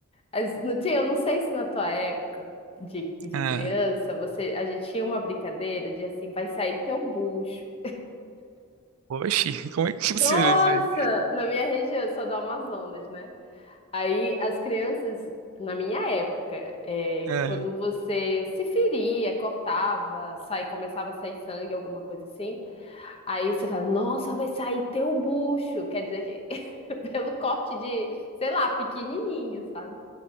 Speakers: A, on the left (about 25°); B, on the right (about 80°).
A: Mas não tinha, eu não sei se na tua época de, de
B: Ah,
A: criança, você, a gente tinha uma brincadeira de assim, vai sair teu bucho.
B: oxe, como é que <laughs> funciona
A: Nossa,
B: isso aí?
A: na minha região, eu sou do Amazonas, né? Aí as crianças, na minha época, é,
B: É,
A: quando você se feria, cortava, sai, começava a sair sangue, alguma coisa assim, Aí você fala, nossa, vai sair teu bucho. Quer dizer que <laughs> pelo corte de, sei lá, pequenininho, sabe?